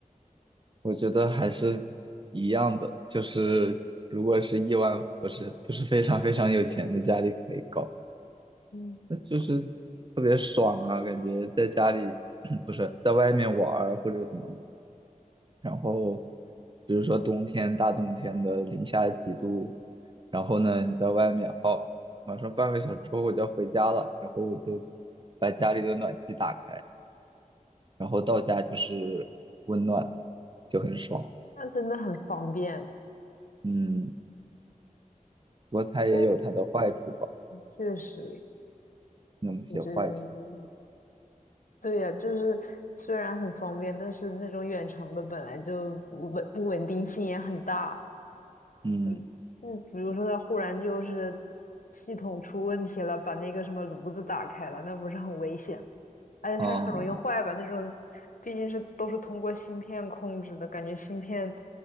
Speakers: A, on the right (about 35°); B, on the left (about 70°).
A: 我觉得还是一样的，就是如果是亿万富翁，不是，就是非常非常有钱的家里可以搞，
B: 嗯。
A: 那就是特别爽啊，感觉在家里 <clears throat> 不是在外面玩儿或者什么，然后比如说冬天大冬天的零下几度，然后呢你在外面，好，马上半个小时之后我就要回家了，然后我就把家里的暖气打开，然后到家就是温暖，就很爽。
B: 那真的很方便。
A: 嗯，不过它也有它的坏处吧，
B: 嗯，确实，
A: 那么些坏处。
B: 我觉得对呀、就是虽然很方便，但是那种远程的本来就不稳不稳定性也很大。
A: 嗯，
B: 你，那比如说它忽然就是系统出问题了，把那个什么炉子打开了，那不是很危险？而且它也很容易坏吧？
A: 哦，
B: 那种毕竟是都是通过芯片控制的，感觉芯片